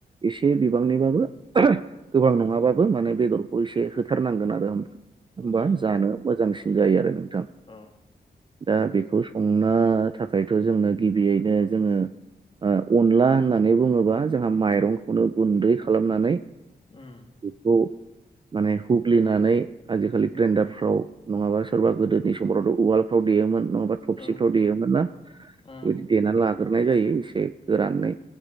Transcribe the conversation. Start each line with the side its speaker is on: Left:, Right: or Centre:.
Right: एसे बिबांनिबाबो <unintelligible> गोबां नङाबाबो माने बेदरखौ एसे होथारनांगोन आरो होमबा
Left: जायो
Right: जानो मोजांसिन जायो आरो नोंथां
Left: औ
Right: दा बेखौ हंनो थाखायथ' जोंनो गिबियैनो जोङो ओ अनला होननानै बुङोबा जोंहा माइरंखौनो गुन्दै खालामनानै
Left: उम
Right: बेखौ माने हुग्लिनानै आजिखालि ग्रेन्डारफ्राव नङाबा सोरबा गोदोनि समफ्रावथ' उवालफ्राव देयोमोन नङाबा थबसिफ्राव
Left: औ
Right: देयोमोन ना
Left: उम
Right: बेबायदि देनानै लाग्रोनाय जायो एसे गोरानै